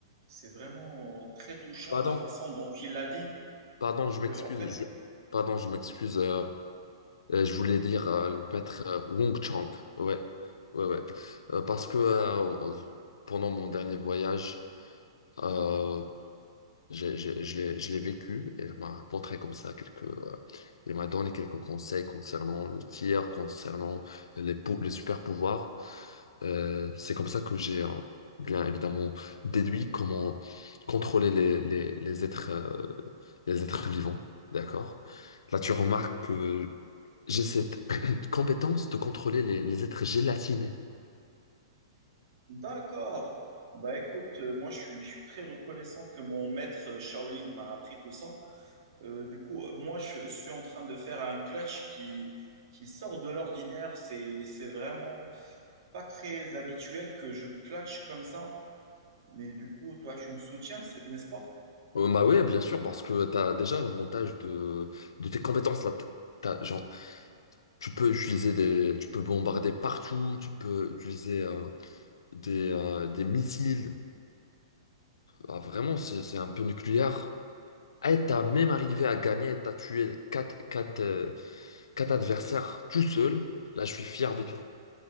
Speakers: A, on the right; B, on the left.
A: c'est vraiment très touchant
B: pardon,
A: la façon dont il l'a dit.
B: pardon,
A: Parce
B: je
A: que,
B: m'excuse,
A: en fait,
B: je- pardon, je m'excuse, euh, euh, je voulais dire euh, le maître euh, Wong Chang, ouais, ouais, ouais, Euh, parce que euh, on- pendant mon dernier voyage, euh, Je, je, je l'ai je l'ai vécu, elle m'a apporté comme ça quelques, euh, elle m'a donné quelques conseils concernant le tir, concernant les, pou- les super pouvoirs. Euh, c'est comme ça que j'ai euh, bien évidemment déduit comment contrôler les, les, les êtres, euh, les êtres vivants, d'accord? Là, tu remarques que j'ai cette <clears throat> compétence de contrôler les, les êtres gélatinés.
A: D'accord. Bah écoute, euh, moi je suis, je suis très reconnaissant que mon maître euh, Shaolin m'a appris tout ça. Euh, du coup, euh, moi je suis en train de faire un clutch qui, qui sort de l'ordinaire. C'est, c'est vraiment pas très habituel que je clutch comme ça. Mais du coup, toi tu me soutiens, c'est- n'est-ce pas?
B: Euh, bah oui, bien sûr, parce que tu as déjà l'avantage de, de tes compétences là. T'as- genre, Tu peux utiliser des, tu peux bombarder partout, tu peux utiliser euh, des, euh, des missiles. Ah, vraiment, c'est, c'est un peu nucléaire. Et t'as même arrivé à gagner, t'as tué quatre, quatre, euh, quatre adversaires tout seul. Là, je suis fier de toi.